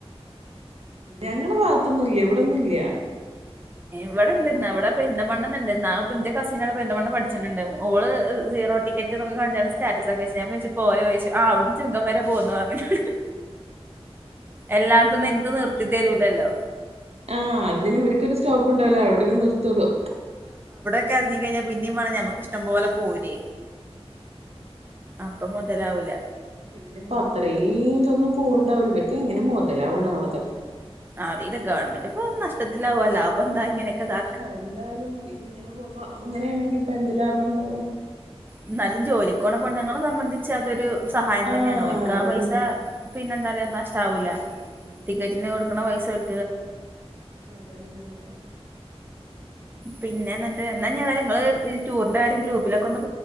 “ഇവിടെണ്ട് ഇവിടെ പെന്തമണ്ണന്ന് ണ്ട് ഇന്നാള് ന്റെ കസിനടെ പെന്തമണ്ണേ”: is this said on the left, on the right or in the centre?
Right